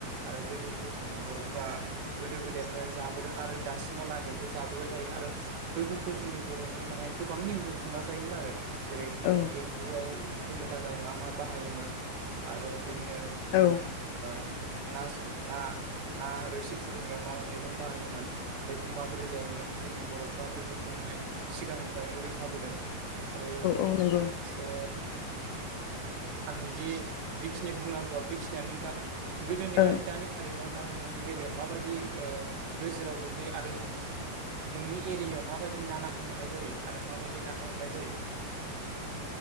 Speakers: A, on the right (about 80°); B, on the left (about 75°).
A: आरो बैफोर खौ जोंनि बर'फ्रा गोदो गोदायनिफ्राय जाबोदों आरो दासिमहालागैबो जाबोबाय थायो आरो। बैफोरखौ जोंनि बर'फोराव माने गोबां नेमजों संना जायोमोन आरो जेरै
B: औ।
A: एम्बुआव होनो थाखाय मा-मा बाहायोमोन आरो बिदिनो
B: औ।
A: ओ नास ना - ना रोसि फुदुंनायाव मा - मा मैगं बाहायोमोन? बेखौ माबोरै जायोमोन जोंनि बर'फ्रा बेफोरखौ माने सिगांनिफ्रायनो रोंखाबोदों। आरो
B: ओ नोंगौ।
A: ओ आंनि जि बिखिनि बुंनांगोआ बिखिनिया नोंथां। गोदोनि
B: औ
A: आरो दानि थारिगाव ना हमनायनि बेलायाव माबायदि ओ नोजोराव गोग्लैयो आरो नों नोंनि एरियाव माबायदि ना - ना खो मोननाय जायो आरो माबायदि नाखौ हमनाय जायो।